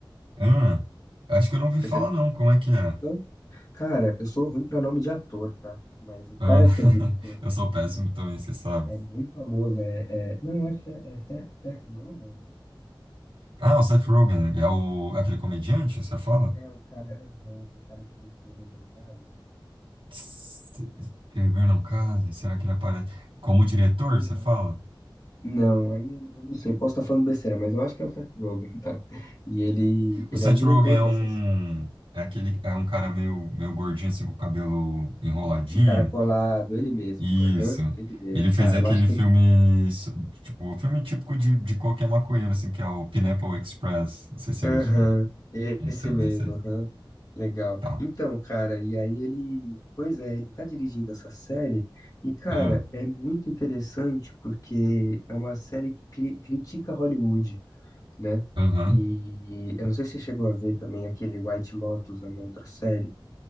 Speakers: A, on the right; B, on the left.
A: Ah, acho que eu não ouvi
B: Você
A: falar
B: chegou?
A: não, como é que é?
B: Não? Cara, eu sou ruim pra nome de ator, tá? Mas o cara
A: Ah, <laughs>
B: que é diretor desse
A: eu sou péssimo
B: filme
A: também, você sabe.
B: é bem famoso, é, é... não, eu acho que é, é Seth, Seth Rogen,
A: Ah, o Seth Rogen, é o, aquele comediante, você fala?
B: É o cara, aham, o cara que fez Se Beber Não Case?
A: Se Beber não case, será que ele aparece? Como diretor,
B: Ou
A: você
B: não?
A: fala?
B: Não, aí eu eu não sei, posso estar falando besteira, mas eu acho que é o Seth Rogen, tá? E ele,
A: O
B: ele
A: Seth
B: é o diretor
A: Rogen é
B: dessas.
A: um, é aquele, é um cara meio, meio gordinho, assim, com o cabelo enroladinho.
B: Encaracolado, ele mesmo.
A: Isso.
B: Aham, ele mesmo.
A: Ele fez
B: Tá,
A: aquele
B: eu acho que.
A: filme, so- tipo, o filme típico de, de qualquer maconheiro, assim, que é o Pineapple Express. Não sei se você
B: Aham,
A: viu esse filme. Então,
B: esse mesmo,
A: é isso aí.
B: aham. Legal.
A: Tá.
B: Então, cara, e aí ele. Pois é, ele tá dirigindo essa série, e, cara,
A: Ah,
B: é muito interessante porque é uma série que cri- critica Hollywood. né?
A: Aham.
B: E eu não sei se você chegou a ver também aquele White Lotus, é uma outra série.